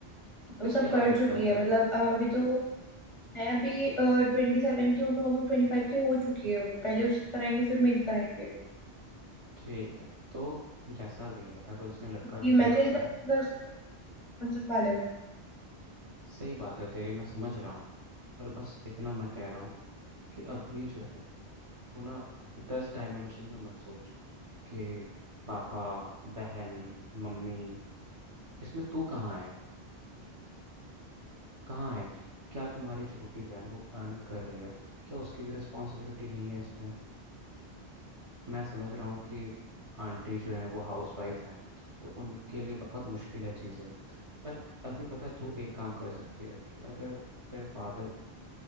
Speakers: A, on the right; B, on the left.
A: तो
B: तो
A: फिर
B: सब
A: क्या
B: कर
A: दिक्कत
B: चुकी है
A: है
B: मतलब अ, अभी तो वो है अभी ट्वेंटी सेवन की हूँ तो अभी ट्वेंटी फाइव की हो चुकी है वो पहले उसकी कराएंगे फिर मेरी कराएंगे
A: ठीक है तो जैसा भी है अगर उसने लड़का
B: कि
A: ढूंढ
B: मैं चली
A: रखा
B: जाऊंगी
A: है
B: घर से तो कौन संभालेगा
A: सही बात है तेरी मैं समझ रहा हूँ पर बस इतना मैं कह रहा हूँ कि अभी जो है तू ना दस डायमेंशन में मत सोच कि पापा बहन मम्मी इसमें तू कहाँ है कहाँ है क्या तुम्हारी छोटी बहन वो अर्न कर रही है क्या उसकी भी रिस्पॉन्सिबिलिटी नहीं है इसमें मैं समझ रहा हूँ कि आंटी जो है वो हाउसवाइफ हैं तो उनके लिए बहुत मुश्किल है चीज़ें पर अभी पता है तू एक काम कर सकती है कि अगर तेरे फादर